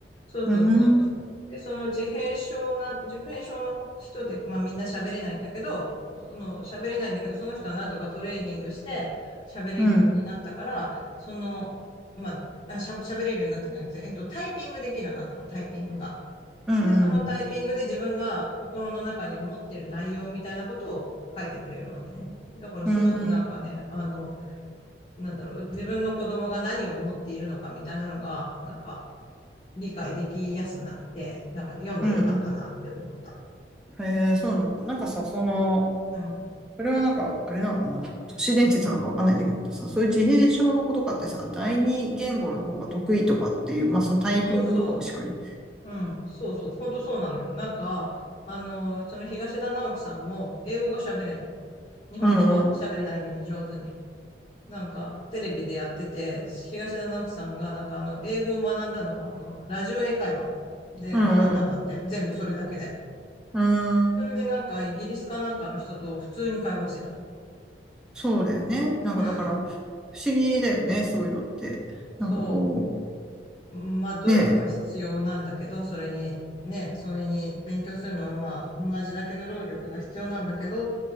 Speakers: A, on the left (about 35°); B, in the centre.
A: そうそうそう。
B: うん。
A: で、その自閉症な、自閉症の人で、まあみんな喋れないんだけど、その喋れないんだけど、その人はなんとかトレーニングして喋れるようになったから、
B: うん。
A: その、まあ、あ、しゃ、喋れるようになったんじゃなくて、えっと、タイピングできるようになったの、タイピングが。
B: うん。
A: で、そのタイピングで自分が心の中に思ってる内容みたいなことを書いてくれるわけね。
B: うん。
A: だからすごくなんかね、
B: うん。
A: あの、なんだろう、自分の子供が何を思っているのかみたいなのが、なんか理解できやすくなって、なんか読んでよかったなって思った。
B: うんうんへえ、そうなんだ。なんかさ、その、
A: うん。
B: それはなんか、あれなのかな。都市伝説なのかわかんないんだけどさ、そういう自閉症の子とかってさ、第二言語の方が得意とかっていう、まあそのタイピングとかもしかり。
A: そうそう。うん。そうそう。本当そうなのよ。なんか、あの、その東田直樹さんも英語が喋れんの。日本語は喋れないのに上手に。
B: うんうん。
A: なんか、テレビでやってて、東田直樹さんが、なんかあの、英語を学んだのは、あの、ラジオ英会話で学んだんだって。
B: うんうん。
A: 全部それだけで。
B: うーん。
A: それでなんか、イギリスかなんかの人と普通に会話してた。
B: そうだよね。なんかだから、
A: <laughs>
B: 不思議だよね、そういうのって。
A: そ
B: なんかこ
A: う。まあ、努力は必要なんだけど、
B: う、ねえ。
A: それに、ね、それに勉強するのはまあ、同じだけの労力が必要なんだけどっ